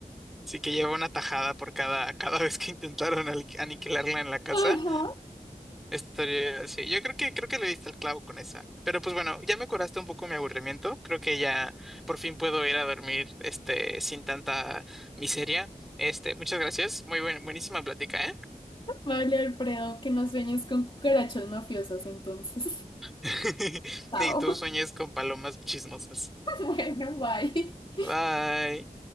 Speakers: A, in the centre; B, on the left.
A: Sí que lleva una tajada por cada, cada <laughs> vez que intentaron al- aniquilarla en la casa.
B: Ajá.
A: Estaría, sí, yo creo que creo que le diste el clavo con esa. Pero pues bueno, ya me curaste un poco mi aburrimiento. Creo que ya por fin puedo ir a dormir este sin tanta miseria. Este, muchas gracias. Muy buen- buenísima plática, ¿eh?
B: Vale, Alfredo, que no sueñes con cucarachas mafiosas entonces.
A: <laughs>
B: <laughs> Chao.
A: Y tú
B: <laughs>
A: sueñes con palomas chismosas.
B: Bueno, bye.
A: Bye.